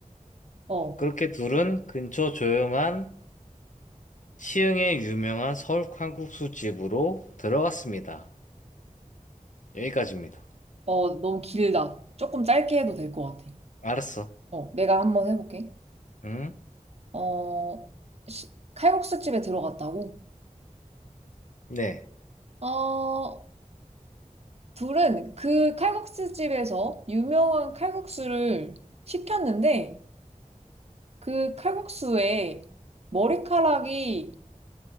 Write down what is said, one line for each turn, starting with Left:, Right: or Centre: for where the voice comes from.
Right: 어,
Left: 그렇게 둘은 근처 조용한 시흥의 유명한 서울 칼국수 집으로 들어갔습니다. 여기까지입니다.
Right: 어, 너무 길다. 조금 짧게 해도 될 것 같아.
Left: 알았어.
Right: 어, 내가 한번 해볼게.
Left: 응?
Right: 어, 시- 칼국수 집에 들어갔다고?
Left: 네.
Right: 어, 둘은 그 칼국수 집에서 유명한 칼국수를 시켰는데 그 칼국수에 머리카락이